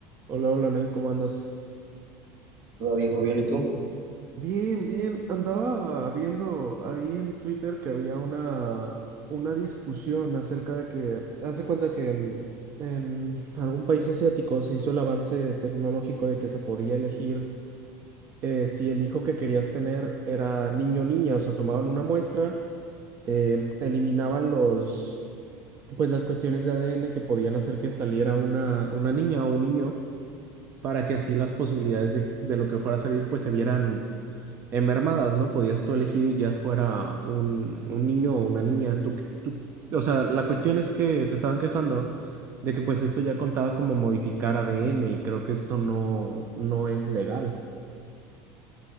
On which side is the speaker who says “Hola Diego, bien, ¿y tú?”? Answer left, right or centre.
Right